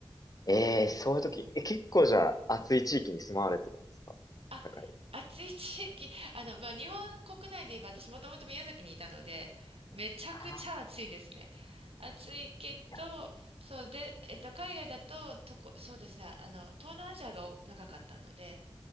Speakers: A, on the left (about 40°); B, on the right (about 80°).
A: ええそういう時、え、結構じゃあ暑い地域に住まわれてるんですかあったかい。
B: <laughs> あ、暑い地域、あの、まあ、日本国内で言えば私もともと宮崎にいたので、めちゃくちゃ暑いですね。
A: ああ、
B: 暑いけど、
A: いや、
B: そうで、えっと、海外だと、とこ、そうですね、あの、東南アジアがお長かったので、